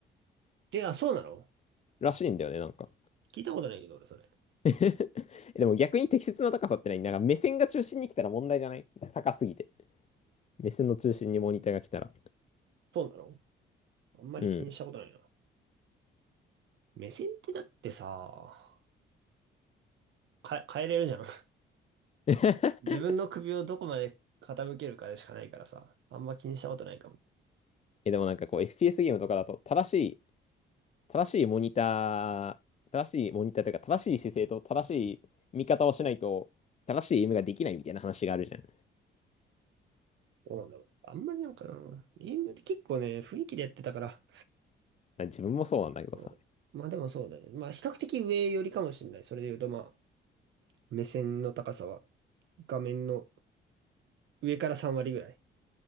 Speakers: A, on the right; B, on the left.
A: え、あ、そうなの
B: らしいんだよね、なんか。
A: 聞いたことないけど、俺、それ。
B: <laughs> でも逆に適切な高さってないなんか目線が中心に来たら問題じゃない高すぎて。目線の中心にモニターが来たら。
A: そうなのあんまり気にしたことないな。
B: うん。
A: 目線ってだってさ、か、変えれるじゃん。
B: <laughs>
A: <laughs> 自分の首をどこまで傾けるかでしかないからさ、あんま気にしたことないかも。
B: え、でもなんかこう FPS ゲームとかだと正しい、正しいモニター、正しいモニターというか正しい姿勢と正しい見方をしないと正しいゲームができないみたいな話があるじゃん。
A: どうなんだろう。あんまりなんかな、エイムって結構ね、雰囲気でやってたから、
B: 自分もそうなんだけどさ。
A: うんまあでもそうだね。まあ比較的上よりかもしれない。それで言うとまあ、目線の高さは画面の上から3割ぐらい。